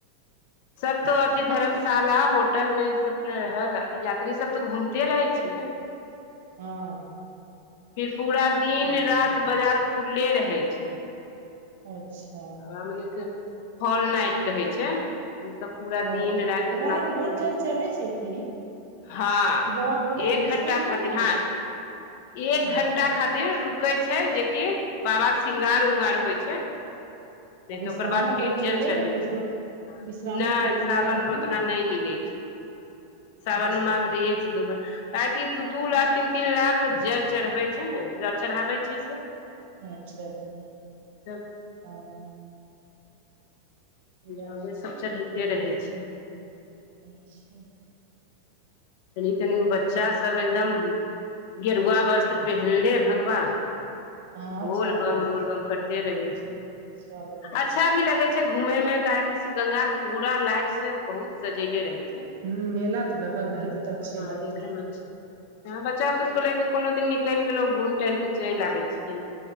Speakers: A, on the left; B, on the right.
A: सब तो अथि धर्मशाला होटल मे ई सब रहल यात्री सब तऽ घूमते रहै छै ने <inaudible>
B: हँ
A: फिर पूरा दिन
B: तब
A: रति बाजार खुलले रहै छै
B: अच्छा
A: फैमिली के हॉल नाइट कहै छै नय तऽ पूरा
B: ओ
A: दिन राति
B: तऽ
A: अपना खुल
B: भरि जल चढ़ै छै की
A: हाँ
B: ई बाबा भोलाके
A: एक
B: विश्राम
A: घण्टा खातिर
B: नहि मिलै
A: हाँ
B: छै
A: एक
B: ओ
A: घण्टा खातिर रूक कै छै जेकि बाबा के शृंगार उंगार होइ छै नय
B: आ
A: तऽ
B: विश्रामो
A: ओकर बाद फिर
B: करै लए
A: जेल
B: मिलै
A: चढ़ैत
B: ने होतै
A: रहै
B: सु
A: छै
B: विश्रामो
A: नय
B: करै लए
A: सावन
B: मिलै होतै
A: मे ओतना
B: ने
A: नय मिलै छै सावन
B: अच्छा
A: मात्र एक दूगर काहेकि दू दू लाख तीन तीन लाख जल चढ़बै छै ने जल चढ़ाबै छै ई सब
B: अच्छा अच्छा
A: तब
B: हँ ई
A: जले
B: बात तऽ
A: सभ
B: ठीके
A: चढ़ैते
B: कहै
A: रहै छै।
B: अच्छा
A: तनी तनी गो बच्चा सब एकदम गेरुआ वस्त्र पहिनले भगवा
B: हँ
A: बोल
B: अच्छा
A: बम
B: लगै
A: बोल
B: छै
A: बम करते रहै छै
B: अच्छा लगै छै
A: अच्छा भी लगै छै। घूमे मे काहेकि शिव गंगा के पूरा लाइट से बहुत सजेले रहै छै।
B: हुँ मेला तऽ लगल रहतै
A: देखैमे
B: तऽ अच्छे
A: हँ
B: लगतै
A: देखैमे अच्छा हँ बच्चा बुतरूके ले कऽ कोनो दिन निकलि गेलौं घुमि टहलि के चलि आबै छियै।